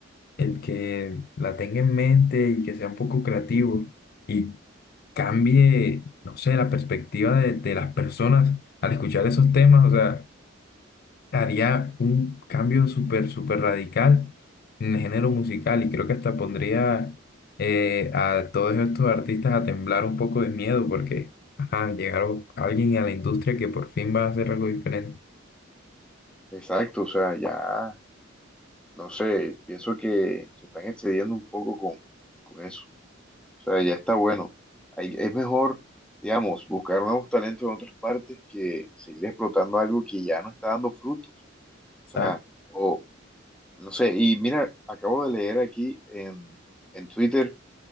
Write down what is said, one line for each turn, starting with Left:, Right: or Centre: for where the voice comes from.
Left: el que la tenga en mente y que sea un poco creativo y cambie, no sé, la perspectiva de, de las personas al escuchar esos temas, o sea haría un cambio súper, súper radical en el género musical y creo que hasta pondría eh, a todos estos artistas a temblar un poco de miedo porque, ajá, llegaron alguien a la industria que por fin va a hacer algo diferente.
Centre: Exacto, o sea, ya, no sé, pienso que se están excediendo un poco con, con eso. O sea, ya está bueno. Ahí es mejor, digamos, buscar nuevos talentos en otras partes que seguir explotando algo que ya no está dando frutos.
Left: Exacto.
Centre: O sea, o no sé, y mira, acabo de leer aquí en, en Twitter